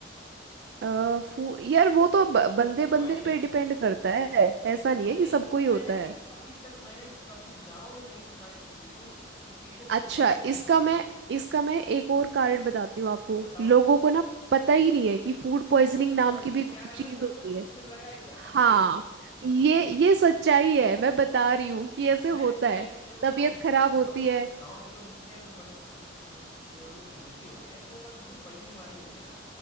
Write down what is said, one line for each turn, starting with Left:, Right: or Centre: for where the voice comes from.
Right: आ, फू यार वो तो ब- बंदे
Left: फूड पॉइजनिंग
Right: बंदे पे डिपेंड करता है ऐसा नहीं है
Left: नहीं
Right: कि सबको
Left: मतलब
Right: ही
Left: मैंने
Right: होता
Left: अभी
Right: है
Left: अभी तक मैंने कभी गांव में नहीं सुना है किसी को कि किसी को
Right: अच्छा
Left: फूड पॉइजनिंग
Right: इसका
Left: हुई
Right: मैं
Left: है
Right: इसका मैं एक और कारण बताती हूँ आपको
Left: बताओ
Right: लोगों को ना पता ही नहीं है कि फूड पॉइजनिंग
Left: कि फूड
Right: नाम
Left: पॉइजनिंग
Right: की भी कोई
Left: क्या है
Right: चीज
Left: मतलब
Right: होती
Left: मैं
Right: है
Left: मुझे लगा ही था अभी
Right: हाँ
Left: बोल के।
Right: ये ये सच्चाई है मैं बता रही हूँ कि ऐसे होता
Left: मैं मैं
Right: है
Left: एक चीज और
Right: तबीयत
Left: बताऊं
Right: खराब होती
Left: लोग ना
Right: है
Left: गांव के लोग इतने वो मतलब एक तरह समझ बोलो हिम्मती होते हैं कि वो अगर उनको बड़ी बीमारी होती है ना